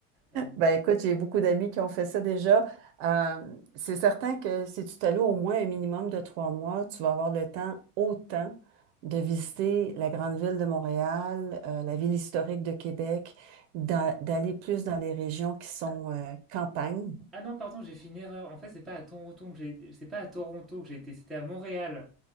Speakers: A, in the centre; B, on the right.
A: Euh,
B: Ben écoute, j'ai beaucoup d'amis qui ont fait ça déjà. Euh, c'est certain que si tu t'alloues au moins un minimum de trois mois, tu vas avoir le temps, autant, de visiter la grande ville de Montréal, euh, la ville historique de Québec, d'a- d'aller plus dans les régions qui sont
A: ah,
B: euh, campagne.
A: ah non, pardon, j'ai fait une erreur. En fait, c'est pas à Toronto que j'ai, c'est pas à Toronto que j'ai été, c'était à Montréal.